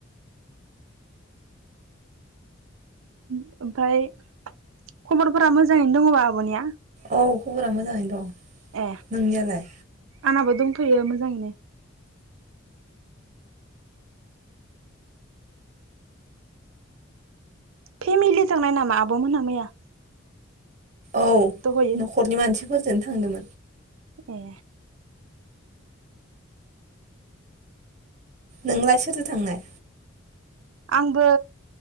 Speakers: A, on the right (about 80°); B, on the right (about 35°).
A: उम ओमफाय खबरफोरा मोजांङैनो दंङबा आब'निया
B: औ खबरा मोजांङैनो दं
A: ए
B: नोंनियालाय?
A: आंना बो दंथ'यो मोजांङैनो फेमिलि थांनाय नामा आब'मोनहा मैया
B: औ
A: दहयो
B: न'खरनि मानसिफोरजों थांदोंमोन
A: ए
B: नोंलाय सोरजों थांनाय
A: आंबो